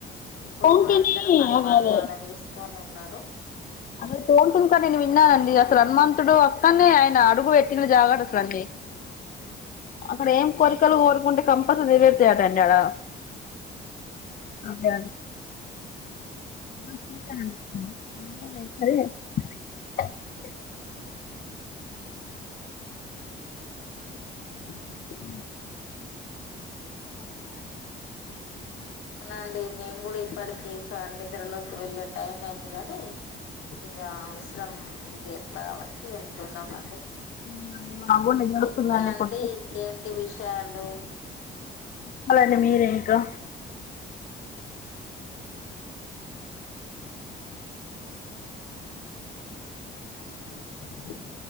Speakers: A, on the left; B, on the left.
A: ఇప్పుడు
B: తోంటిని
A: కూడా అందరు హనుమాన్
B: అదే అదే
A: మాల వేసుకని ఉ అన్నారు
B: అదే తోంటంకా నేను విన్నానండి అసలు అనుమాన్ అతడు అక్కనే ఆయన అడుగు పెట్టిన జాగట అట్లడి అక్కడ ఏం కోరికలు కోరుకుంటే కంపస నివర్తిటంటడా అదే <unintelligible>
A: ఉ
B: అ
A: అవునండి మేము కూడా ఇప్పటికీ స ఇత్రలోకి వెళ్ళే టైం ఏయింది ని ఇక అవసరం ది ఎట్లా కాబట్టి వింటున్నాము అండి
B: అవునండి మాకు కూడా నిద్ర వస్తుందండి
A: ఇంకా అండి
B: పొద్దు
A: ఇంకేంటి విషయాలు
B: చెప్పాలండి మీరే ఇంకా
A: అవునండి